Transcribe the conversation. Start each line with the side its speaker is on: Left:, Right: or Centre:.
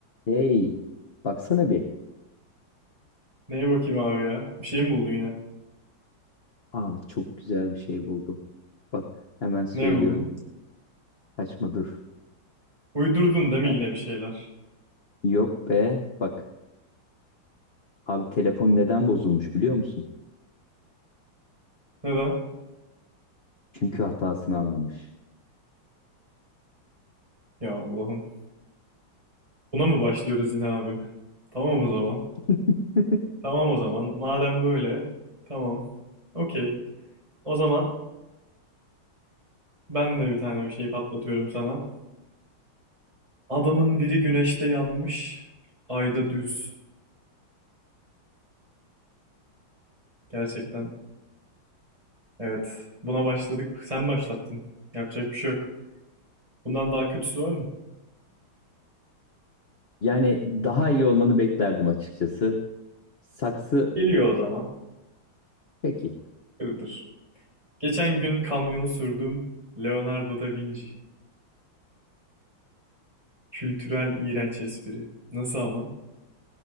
Left: Hey, baksana bir.
Right: Neye bakayım abi ya? Bir şey mi buldun yine?
Left: Abi çok güzel bir şey buldum. Bak hemen söylüyorum.
Right: Ne buldun?
Left: Kaçma dur.
Right: Uydurdun değil mi
Left: E,
Right: yine bir şeyler?
Left: yok be. Bak abi telefon neden bozulmuş biliyor musun?
Right: Neden?
Left: Çünkü hatasını anlamış.
Right: Ya Allah'ım. Buna mı başlıyoruz yine abi? Tamam o zaman.
Left: <laughs>
Right: Tamam o zaman. Madem böyle. Tamam. Okey. O zaman ben de bir tane bir şey patlatıyorum sana. Adamın biri güneşte yanmış, ayda düz. Gerçekten. Evet. Buna başladık. Sen başlattın. Yapacak bir şey yok. Bundan daha kötüsü var mı?
Left: Yani daha iyi olmanı beklerdim açıkçası. Saksı
Right: Geliyor o zaman.
Left: peki.
Right: Iğdır. Geçen gün kamyonu sürdüm. Leonardo da Vinci. Kültürel iğrenç espri. Nasıl ama?